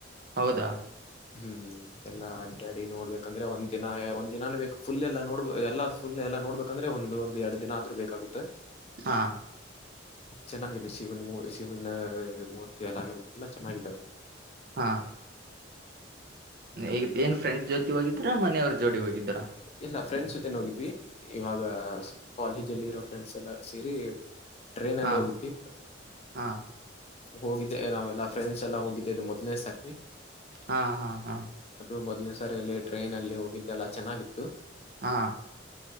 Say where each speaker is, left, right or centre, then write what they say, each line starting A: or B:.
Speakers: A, on the right; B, on the left.
A: ಹೌದಾ
B: ಹ್ಮ್ ಹು ಹು ಎಲ್ಲಾ ಅಡ್ಯಾಡಿ ನೋಡ್ಬೇಕಂದ್ರೆ ಒಂದದಿನ ಒಂದಿನಾನೇ ಬೇಕ ಫುಲ್ ಎಲ್ಲ ನೋಡ್ ಎಲ್ಲ ಫುಲ್ ಎಲ್ಲ ನೋಡ್ಬೇಕಂದ್ರೆ ಒಂದು ಒಂದ ಎರಡ್ ದಿನ ಆದ್ರೂ ಬೇಕಾಗುತ್ತೆ.
A: ಹಾ
B: ಚೆನ್ನಾಗಿದೆ ಶಿವನ್ ಮುರ ಶಿವನ್ ಮೂರ್ತಿ ಎಲ್ಲಮೂರ್ತಿ ಎಲ್ಲ ಚೆನ್ನಾಗಿದ್ದಾವೆ
A: ಹಾ ಈ ಏನ್ ಫ್ರೆಂಡ್ ಜೋತಿ ಹೋಗಿದ್ದರ ಮನೆಯವ್ರ ಜೋಡಿ ಹೋಗಿದ್ದಾರಾ
B: ಇಲ್ಲ ಫ್ರೆಂಡ್ಸ್ ಜೊತೆ ನೋಗಿದ್ವಿ ಇವಾಗ ಕಾಲೇಜ ಅಲ್ಲಿ ಇರೋ ಫ್ರೆಂಡ್ಸ್ ಎಲ್ಲಾರು ಸೇರಿ ಟ್ರೇನಲ್ಲಿ
A: ಹಾ
B: ಹೋಗಿದ್ದವಿ
A: ಹಾ
B: ಹೋಗಿದ್ದೆ ನಾವೆಲ್ಲಾ ಫ್ರೆಂಡ್ಸ್ ಎಲ್ಲಾ ಹೋಗಿದ್ದೆ ಇದದು ಮೊದ್ನೇ ಸಾಕ್ತಿವಿ
A: ಹಾ ಹಾ ಹಾ
B: ಅದು ಮೊದ್ನೇ ಸಾರಲ್ಲಿ ಟ್ರೈನ್ ಅಲ್ಲಿ ಹೋಗಿದ್ದೆಲ್ಲ ಚೆನ್ನಾಗಿತ್ತು
A: ಹಾ